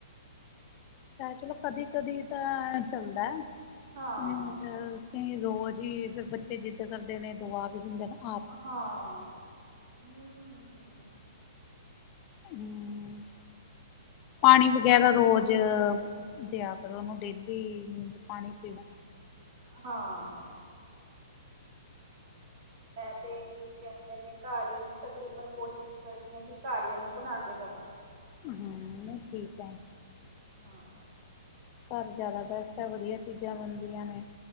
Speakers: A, on the left; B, on the right.
A: ਚਲੋ ਕਦੀ-ਕਦੀ ਤਾਂ ਚੱਲਦੈ,
B: ਹਾਂ
A: ਉਂਜ ਕਈ ਰੋਜ ਈ ਫੇਰ ਬੱਚੇ ਜਿੱਦ ਕਰਦੇ ਨੇ ਦਵਾ ਵੀ ਦਿੰਦੇ, ਹਨਾ।
B: ਹਾਂ, ਹੂੰ-ਹੂੰ-ਹੂੰ।
A: ਹੂੰ, ਪਾਣੀ
B: ਉਹੀ ਹੈ।
A: ਵਗੈਰਾ ਰੋਜ ਦਿਆ ਕਰੋ ਓਨੂੰ ਦੇਖਦੇ ਪਾਣੀ ਪੀਣਾ
B: ਹਾਂ। ਮੈਂ ਤੇ ਕੀ ਕੈਂਦੇ ਨੇ ਘਰ ਈ ਤਕਰੀਬਨ ਕੋਸ਼ਿਸ਼ ਕਰਦੀਆਂ ਕਿ ਘਰ ਈ ਏਨੂੰ ਬਣਾ ਕੇ ਦੇਵਾਂ।
A: ਹਾਂ, ਨਈਂ ਠੀਕ ਐ।
B: ਹਾਂ।
A: ਘਰ ਜਾਦਾ ਬੈਸਟ ਆ, ਵਧੀਆ ਚੀਜਾਂ ਬਣਦੀਆਂ ਨੇ।